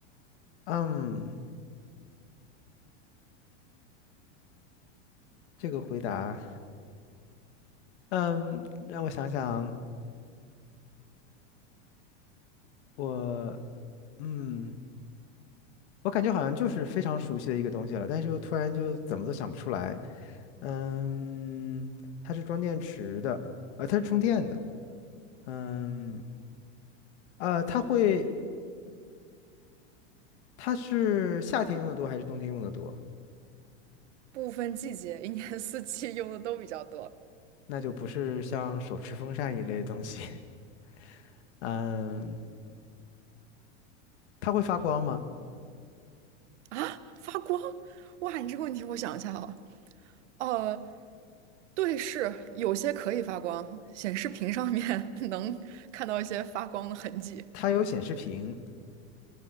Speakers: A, on the left (about 65°); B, on the right (about 70°).
A: 嗯，这个回答，嗯，让我想想，我，嗯，我感觉好像就是非常熟悉的一个东西了，但是又突然就怎么都想不出来。嗯，它是装电池的，呃，它是充电的。嗯，呃，它会，它是夏天用的多还是冬天用的多？
B: 不分季节，一年四季用的都比较多。
A: 那就不是像手持风扇一类的东西。<laughs> 嗯，它会发光吗？
B: 啊，发光？哇，你这个问题我想一下哦。呃，对，是有些可以发光，显示屏上面 <laughs> 能看到一些发光的痕迹。
A: 它有显示屏。